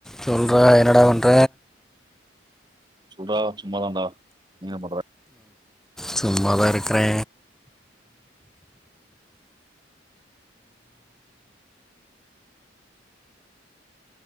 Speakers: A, in the centre; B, on the right (about 20°).
A: சொல்றா என்னடா பண்ற
B: சொல்றா சும்மா தான்டா நீ என்ன பண்ற
A: சும்மா தா இருக்கறா